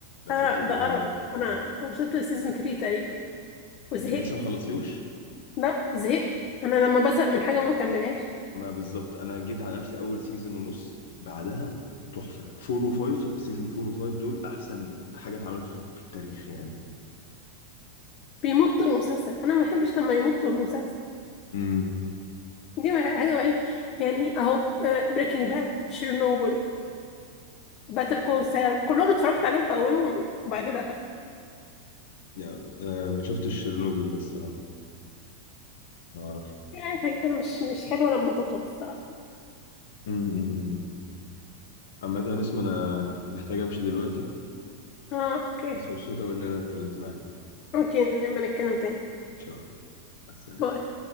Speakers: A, on the left; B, on the left.
A: لو
B: اه
A: شفت بريكنج
B: ده قرف
A: باد
B: انا وصلت لسيزون 3 تقريبا وزهقت
A: انت لسه ما خلصتيهوش
B: لا زهقت انا لما بزهق من حاجه ما بكملهاش
A: ما بالظبط انا جيت على نفسي اول سيزون ونص بعدها تحفه 4 و 5 سيزون 4 و 5 دول احسن حاجه اتعملت في في التاريخ يعني
B: بيمط المسلسل انا ما بحبش لما يمط المسلسل
A: امم
B: دي وح- حاجه وحشة. يعني اهو بريكنج باد شيرنوبل باتر كول سال كلهم اتفرجت عليهم في اولهم وبعد كده قفلت
A: يعني أنا ما شفتش شيرنوبل ده الصراحة ما أعرف
B: يعني حاجه كده مش مش حلوه لما تطول الصراحه
A: امم عامة يا نسمة أنا محتاج أمشي دلوقتي
B: اه اوكي
A: بس مبسوط أوي إن أنا اتكلمت معاك إن
B: اوكي نبقى نتكلم تاني
A: شاء الله مع السلامة.
B: باي